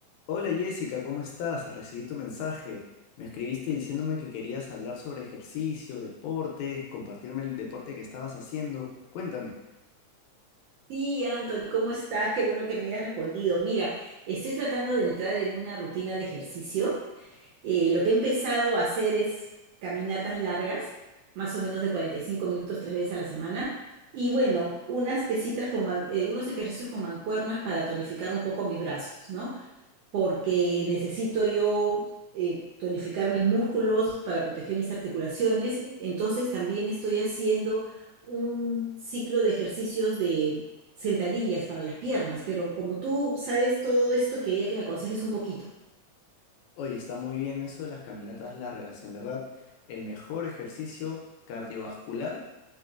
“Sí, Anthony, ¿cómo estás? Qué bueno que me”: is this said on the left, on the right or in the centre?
Right